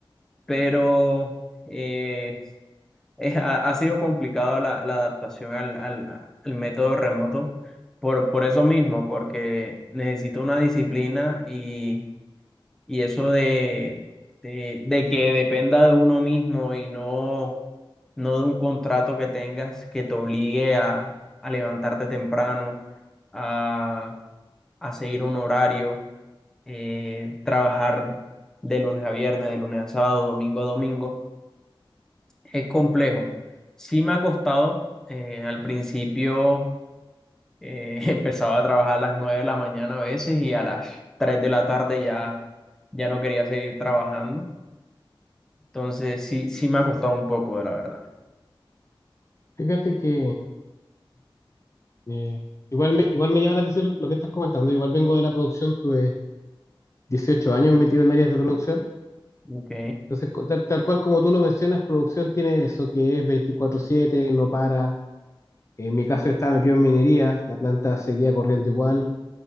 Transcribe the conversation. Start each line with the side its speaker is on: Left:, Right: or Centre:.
Centre: Pero eh, <laughs> es- ha, ha sido complicado la, la adaptación al, al al método remoto por, por eso mismo, porque necesito una disciplina y y eso de, de, de que dependa de uno mismo y no, no de un contrato que tengas que te obligue a, a levantarte temprano, a, a seguir un horario, eh, trabajar de lunes a viernes, de lunes a sábado, domingo a domingo, es complejo. Sí me ha costado, eh, al principio eh, <laughs> empezaba a trabajar a las 9 de la mañana a veces y a las 3 de la tarde ya, ya no quería seguir trabajando Entonces, sí, sí me ha costado un poco, de la verdad.
Left: Fíjate que eh, igual me, igual me llama la atención lo que estás comentando. Igual vengo de la producción, tuve 18 años metido en áreas de producción.
Centre: Ok,
Left: Entonces, co- tal, tal cual como tú lo mencionas, producción tiene eso que es veinticuatro siete no para. En mi caso yo estaba metido en minería, la planta seguía corriendo igual.